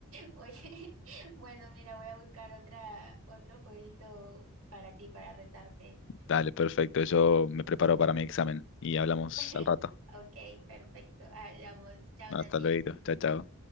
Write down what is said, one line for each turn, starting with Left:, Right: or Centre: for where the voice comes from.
Right: Oye, bueno, mira, voy a buscar otra, otro jueguito para ti, para retarte.
Left: Dale, perfecto. Yo me preparo para mi examen y hablamos
Right: <laughs>
Left: al rato.
Right: Ok, perfecto. Hablamos. Chao,
Left: Hasta
Right: Nachi.
Left: luego. Chao, chao.